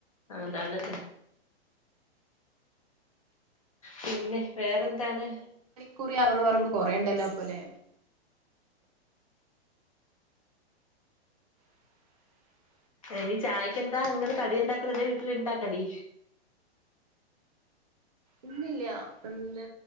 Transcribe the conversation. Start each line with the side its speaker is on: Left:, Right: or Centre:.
Left: അതാണ് പിന്നെ വേറെന്താ താണ്
Right: കുറി അറന്ന് പറയുമ്പോ കൊറേണ്ടല്ലോപ്പോലെ <inaudible>
Left: ഇനി ചായക്ക് എന്താ ങ്ങള് കടിണ്ടാക്കല് അതെ വീട്ടില്ണ്ടാ കടി
Right: ഇല്ലില്ല എന്ത്